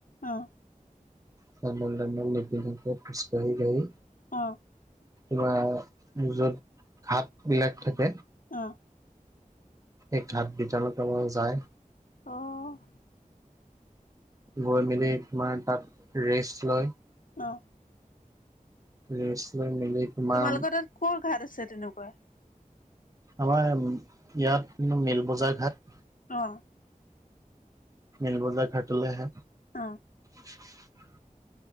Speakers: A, on the left; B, on the right.
A: আহ।
B: চেণ্ডেল টেণ্ডেল নিপিন্ধাকৈ খোজ কাঢ়ি কাঢ়ি
A: অ।
B: তোমাৰ যত ঘাট বিলাক থাকে।
A: অ।
B: এক ঘাট বিতাল ত মাৰ যায়।
A: অ'।
B: গৈ মেলি তোমাৰ তাত ৰেষ্ট লয়।
A: অঁ।
B: ৰেষ্ট লৈ মেলি তোমাৰ
A: তোমালোকৰ তাত ক ঘাট আছে তেনেকুৱা?
B: আমাৰ ইয়াত মিল বজাৰ ঘাট।
A: অ।
B: মিলবজা ঘাটলে আহে।
A: অ।
B: <unintelligible>